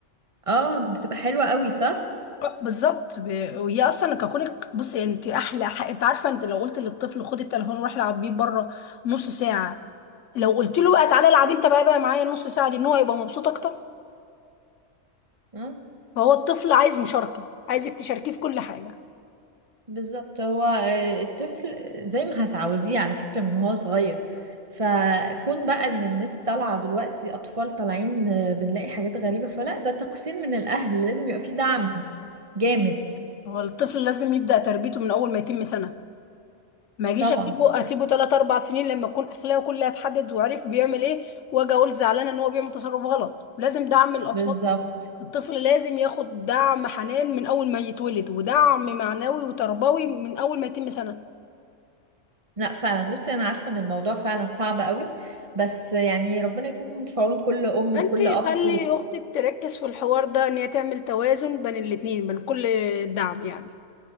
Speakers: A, on the right (about 25°); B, on the left (about 75°).
A: اه بتبقى حلوة قوي صح
B: آه، بالظبط ب- وهي اصلا ككونك بصي انت احلى حق. انت عارفه انت لو قلت للطفل خد التليفون وروح العب بيه بره نص ساعه لو قلت له بقى تعالى العب انت بقى بقى معايا النص ساعه دي ان هو يبقى مبسوط اكتر
A: آه.
B: فهو الطفل عايز مشاركة عايزك تشاركيه في كل حاجة
A: بالظبط هو آه، الطفل زي ما هتعوديه على فكرة من وهو صغير فكون بقى ان الناس طالعة دلوقتي اطفال طالعين آه، بنلاقي حاجات غريبة فلا ده تقصير من الاهل لازم يبقى فيه دعم جامد
B: هو الطفل لازم يبدأ تربيته من أول ما يتم سنة ما أجيش
A: طبعا
B: أسيبه أسيبه تلات أربع سنين لما يكون أخلاقه كلها اتحدد وعرف بيعمل إيه وأجي أقول زعلانة إن هو بيعمل تصرف غلط لازم دعم الأطفال
A: بالظبط
B: الطفل لازم ياخد دعم حنان من أول ما يتولد ودعم معنوي وتربوي من أول ما يتم سنة
A: لا فعلا بصي انا عارفة ان الموضوع فعلا صعب قوي بس يعني ربنا يكون في عون كل ام
B: أنت
A: وكل اب
B: خلي أختك تركز في الحوار ده إن هي تعمل توازن بين الاتنين بين كل دعم يعني